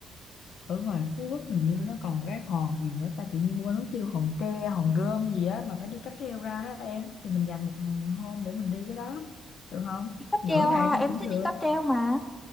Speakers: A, on the left (about 70°); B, on the left (about 20°).
A: ở ngoài Phú Quốc hình như nó còn cái hòn gì nữa ta tự nhiên quên mất tiêu hòn tre hòn rơm gì á mà phải đi cáp treo ra đó em thì mình dành một hôm để mình đi cái đó được không
B: đi cáp
A: nửa
B: treo
A: ngày
B: ha em
A: thôi cũng
B: thích
A: được
B: đi cáp treo mà